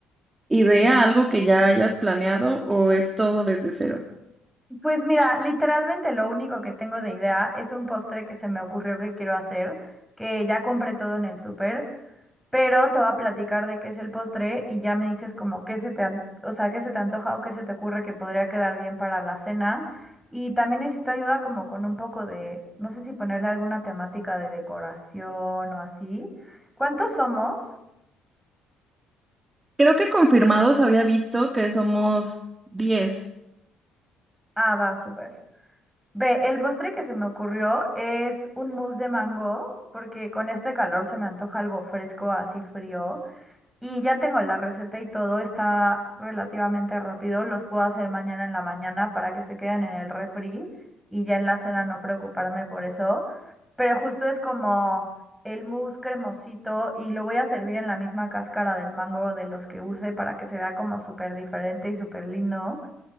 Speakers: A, on the right; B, in the centre.
A: idea, algo que ya hayas planeado o es todo desde cero?
B: Pues mira, literalmente lo único que tengo de idea es un postre que se me ocurrió que quiero hacer, que ya compré todo en el súper, pero te voy a platicar de qué es el postre y ya me dices como qué se te, an- o sea, qué se te antoja o qué se te ocurre que podría quedar bien para la cena. Y también necesito ayuda como con un poco de, no sé si ponerle alguna temática de decoración o así. ¿Cuántos somos?
A: Creo que confirmados había visto que somos 10.
B: Ah, va, súper. Ve, el postre que se me ocurrió es un mousse de mango, porque con este calor se me antoja algo fresco, así frío. Y ya tengo la receta y todo, está relativamente rápido. Los puedo hacer mañana en la mañana para que se queden en el refri y ya en la cena no preocuparme por eso. Pero justo es como el mousse cremosito y lo voy a servir en la misma cáscara del mango de los que use para que se vea como súper diferente y súper lindo.